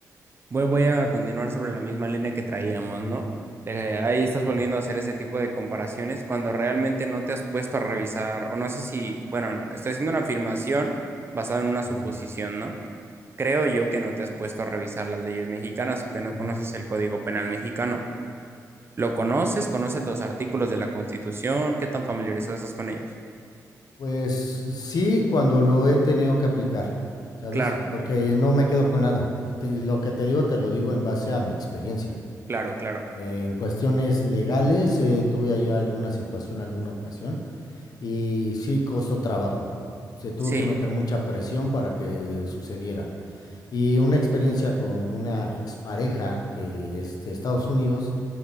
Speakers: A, on the right; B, on the left.
A: voy, voy a continuar sobre la misma línea que traíamos,
B: Ujú,
A: ¿no? Eh, ahí estás volviendo a hacer ese tipo de comparaciones cuando realmente no te has puesto a revisar, o no sé si, bueno, estoy haciendo una afirmación basada en una
B: ujú,
A: suposición, ¿no? Creo yo que no te has puesto a revisar las leyes mexicanas o que no
B: ujú.
A: conoces el Código Penal mexicano. ¿Lo conoces? ¿Conoces los artículos de la Constitución? ¿Qué tan familiarizado estás con ellos?
B: Pues sí, cuando lo he tenido que aplicar, ¿sabes?
A: Claro,
B: Porque no me quedo con nada. Y, te- y lo que te digo, te lo digo en base a mi experiencia.
A: claro, claro.
B: Eh, en cuestiones legales, eh, tuve ahí alguna situación, alguna ocasión, y sí costó trabajo. Se tuvo
A: Sí,
B: que meter mucha presión para que sucediera. Y una experiencia con una expareja que es de Estados Unidos